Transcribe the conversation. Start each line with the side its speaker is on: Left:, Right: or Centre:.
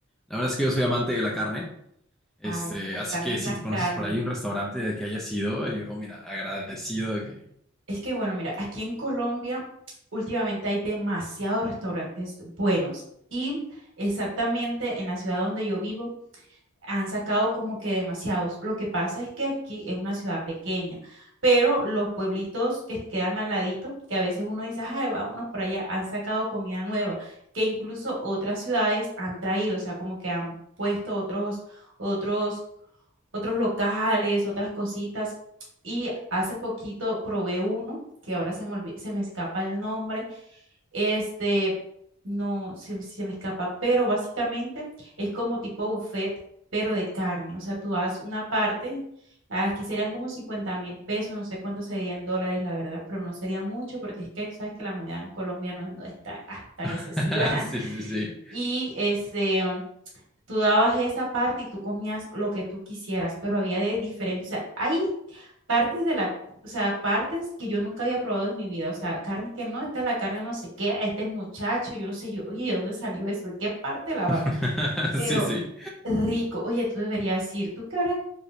Centre: La verdad es que yo soy amante de la carne, este,
Right: Ay, que las
Centre: así
Right: carnes,
Centre: que si
Right: las
Centre: te conoces
Right: carnes.
Centre: por ahí un restaurante del que hayas ido, yo, oh, mira, agradecido de que...
Right: Es que bueno, mira, aquí en Colombia últimamente hay demasiados restaurantes buenos y exactamente en la ciudad donde yo vivo han sacado como que demasiados. Lo que pasa es que aquí es una ciudad pequeña, pero los pueblitos que quedan al ladito, que a veces uno dice, ay, vámonos por allá, han sacado comida nueva, que incluso otras ciudades han traído, o sea, como que han puesto otros, otros, otros locales, otras cositas. Y hace poquito probé uno, que ahora se me, olvi- se me escapa el nombre, este, no se, se me escapa, pero básicamente es como tipo buffet, pero de carne. O sea, tú das una parte, aquí serían como cincuenta mil pesos, no sé cuánto sería en dólares, la verdad, pero no sería mucho porque es que tú sabes que la moneda en Colombia no, es no es tan, ah, tan
Centre: <laughs>
Right: excesiva. <laughs>
Centre: Sí, sí, sí.
Right: Y este, tú dabas esa parte y tú comías lo que tú quisieras, pero había de diferente, o sea, hay partes de la, o sea, partes que yo nunca había probado en mi vida, o sea, carne que no, esta es la carne no sé qué, este es muchacho, yo no sé, yo, oye, ¿de dónde salió eso? ¿De qué parte de
Centre: <laughs>
Right: la vaca? Pero
Centre: Sí, sí.
Right: rico, oye, tú deberías ir, tú que ahora